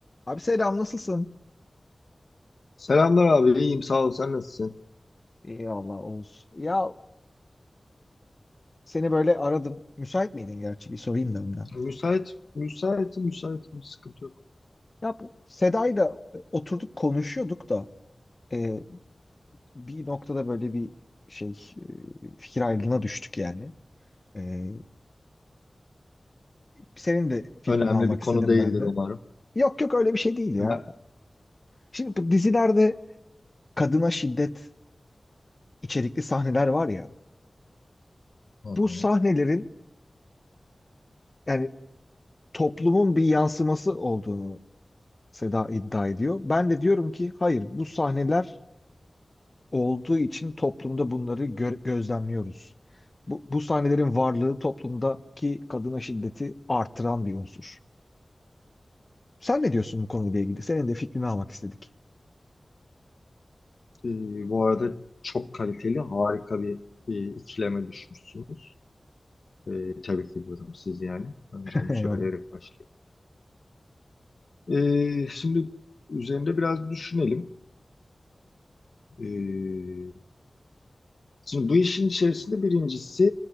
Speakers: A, on the left; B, on the left.
A: Abi selam nasılsın?
B: Selamlar abi, iyiyim sağ ol. Sen nasılsın?
A: İyi Allah Oğuz. Ya seni böyle aradım. Müsait miydin gerçi bir sorayım da önden.
B: Müsait, müsait, müsait bir sıkıntı yok.
A: Ya bu Seda'yla oturduk konuşuyorduk da e, bir noktada böyle bir şey e, fikir ayrılığına düştük yani. E, senin de fikrini
B: Önemli
A: almak
B: bir konu
A: istedim
B: değildir
A: ben de.
B: umarım.
A: Yok yok öyle bir şey değil ya.
B: Öne-
A: Şimdi bu dizilerde kadına şiddet içerikli sahneler var ya.
B: Hı hı.
A: Bu sahnelerin yani toplumun bir yansıması olduğunu Seda iddia ediyor. Ben de diyorum ki hayır bu sahneler olduğu için toplumda bunları gö- gözlemliyoruz. Bu, bu sahnelerin varlığı toplumdaki kadına şiddeti artıran bir unsur. Sen ne diyorsun bu konuyla ilgili? Senin de fikrini almak istedik.
B: Ee, bu arada çok kaliteli, harika bir e, ikileme düşmüşsünüz. Ee, tebrik ediyorum sizi yani. Önce
A: <laughs>
B: onu
A: Eyvallah.
B: söyleyerek başlayayım. Ee, şimdi üzerinde biraz düşünelim. Ee, Şimdi bu işin içerisinde birincisi